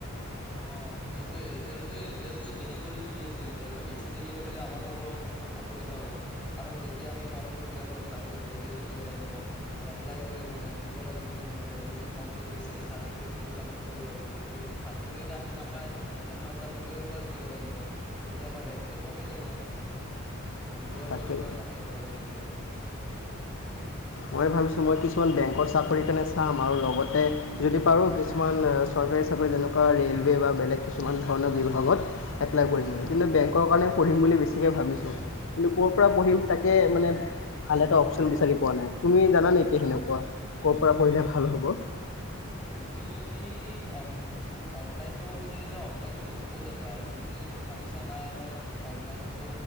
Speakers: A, in the centre; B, on the left.
A: অ সেইটোয়ে ৰিজাল্টোৱে ৰিজাল্টোৱে দেৰি কৰি দি আছে। ৰিজাল্টো বেছি দেৰি কৰিলে আমাৰ অলপ অ অসুবিধা হ'ব। কাৰণ যেতিয়া আমি ফৰ্মবোৰ ফিলাপ কৰিম তাতে তো গ্ৰেজুৱেচন দিব লাগিব। এপ্লাই কৰিবা নে দিব লাগিব যে মোৰ গ্ৰেজুৱেচন কমপ্লিট হৈছে চাৰ্টিফিকেট টো চাবমিট কৰিব লাগিব। এতিয়া যদি চাৰ্টিফিকেট আহি নাপায়, তেনেহ'লে টো আমি টুৱেলভ পাছ দিব লাগিব। তেতিয়া আমাৰ ৰেংকটো কমি যাব। আমি ল'ৱাৰ
B: তাকে
A: যোবৰ কাৰণে এপ্লাই কৰিব লাগিব। গিব
B: মই ভাবিছোঁ মই কিছুমান বেংকৰ চাকৰিৰ কাৰণে চাম আৰু লগতে যদি পাৰোঁ কিছুমান চৰকাৰী চাকৰি যেনেকুৱা ৰে'লৱে বা বেলেগ কিছুমান ধৰণৰ বিভাগত এপ্লাই কৰিম বুলি, কিন্তু বেংকৰ কাৰণে পঢ়িম বুলি বেছিকৈ ভাবিছোঁ, কিন্তু ক'ৰ পৰা পঢ়িম তাকে মানে ভাল এটা অপচন বিচাৰি পোৱা নাই। তুমি জানা নেকি সেনেকুৱা ক'ৰ পৰা পঢ়িলে ভাল হ'ব?
A: তুমি যদি অন অনলাইন ল'ব বিচাৰিছা অনলাইন বহুত আছে আৰু তুমি যদি ভাবিছা চা নাই মই অনলাইনতো